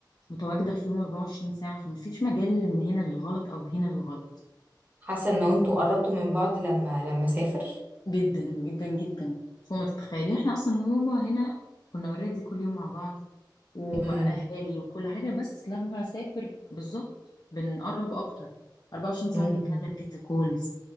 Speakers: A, on the left; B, on the right.
A: متواجده في يوم 24 ساعه فمفيش مجال من هنا للغلط او هنا للغلط
B: حاسه ان انتوا قربتوا من بعض لما لما سافر
A: جدا جدا جدا فوق ما تتخيلي احنا اصلا وهما هنا كنا اوريدي كل يوم مع بعض ومأهالي
B: امم
A: وكل حاجة بس لما أسافر بالظبط بنقرب أكتر 24 ساعة
B: أمم.
A: بنتكلم فيديو كولز